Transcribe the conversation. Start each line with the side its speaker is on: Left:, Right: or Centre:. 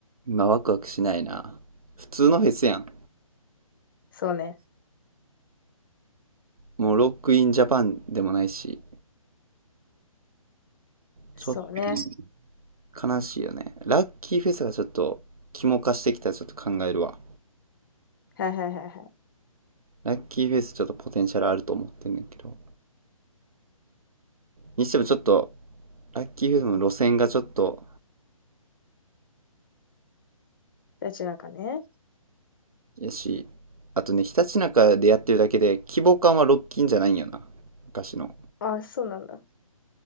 Right: 今ワクワクしないな。普通のフェスやん。
Left: そうね。
Right: もうロックインジャパンでもないし、
Left: そうね。
Right: ちょっと悲しいよね。ラッキーフェスがちょっと、肝化してきたらちょっと考えるわ。
Left: はいはいはいはい。
Right: ラッキーフェスちょっとポテンシャルあると思ってんねんけど。にしてもちょっと、ラッキーフェスの路線がちょっと、
Left: ラッキーなんかね。
Right: やし、あとね、ひたちなかでやってるだけで、規模感はロッキンじゃないんよな。昔の。
Left: あ、そうなんだ。